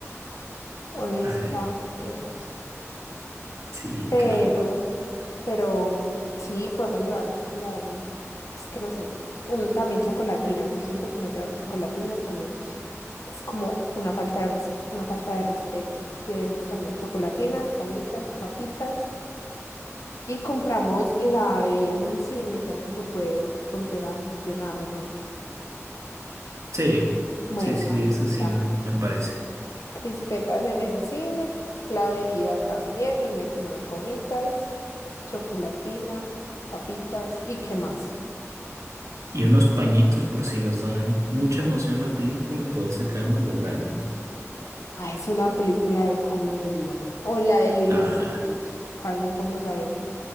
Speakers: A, on the left (about 75°); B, on the right (about 75°).
A: honestamente.
B: Ay, Sí,
A: Pero,
B: qué rico.
A: pero mm, sí, podemos llevar como, mm, es que no sé, un, también chocolatinas. Yo siento que no llevar chocolatinas también es como una falta de, res- una falta de respeto. Llevemos también chocolatinas, gomitas, papitas. Y compramos la bebida en el cine, ya que se puede volver a llenar o no.
B: Sí,
A: Bueno,
B: sí, sí, sí,
A: ahí
B: eso
A: está.
B: sí me, me parece.
A: Crispetas en el cine, la bebida también, y metimos gomitas, chocolatina, papitas, ¿y qué más?
B: Y unos pañitos por si nos dan mucha emoción la película, poder secarnos las lágrimas.
A: Ah, es una película de comedia. O la de Lilo
B: Ah,
A: y Stitch. ¿Cuál nos vamos a ver?